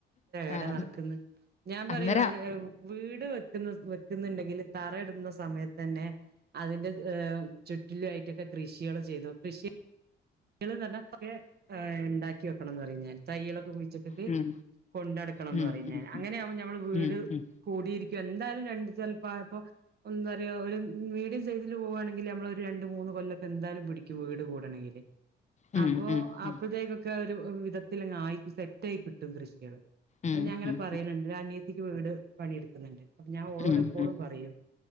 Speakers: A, on the right; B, on the left.
A: എടാ
B: ആഹ്
A: നടക്കന്ന് ഞാൻ
B: അന്നേരം
A: പറയൂ അനി വീട് വെക്കുന്ന വെക്കുന്നുണ്ടെങ്കിൽ തറടുന്ന സമയത്തന്നെ- അതിന്റെ ചുറ്റിലായിട്ടൊക്കെ കൃഷികൾ ചെയ്തു കൃഷി- <unintelligible> ഉണ്ടാക്കി വെക്കണംന്ന് പറിം ഞാൻ തയ്യളൊക്കെ കുഴിച്ചിട്ടിട്ട്-
B: ഉം ഉം
A: കൊണ്ടടക്കണംന്ന്
B: ഉം
A: പറിം
B: ഉം
A: ഞാൻ അങ്ങനെയാകുമ്പോ ഞമ്മളെ വീട്-
B: ഉം ഉം
A: കൂടിയിരിക്കും എന്തായാലും രണ്ട് ചിലപ്പായപ്പോ- എന്താറ്യോ ഒരു മീഡിയം സൈസില് പോവാണെങ്കിൽ നമ്മള് ഒരു രണ്ട് മൂന്ന് കൊല്ലൊക്കെ എന്തായാലും പിടിക്കും വീട് കൂടണങ്കില്-
B: ഉം ഉം
A: അപ്പോ
B: ഉം ഉം
A: ആപ്പിൾ തൈക്കൊക്കെ ഒരു വിധത്തില ആയിട്ട് സെറ്റായി കിട്ടും കൃഷികള്-
B: ഉം
A: അത്
B: ഉം
A: ഞാൻങ്ങനെ
B: ഉം
A: പറയലുണ്ട് അനിയത്തിക്ക് വീട് പണിയെടുക്കുന്നുണ്ട് അപ്പൊ ഞാൻ ഓളോട്
B: ഉം
A: എപ്പോഴും
B: ഉം
A: പറയും-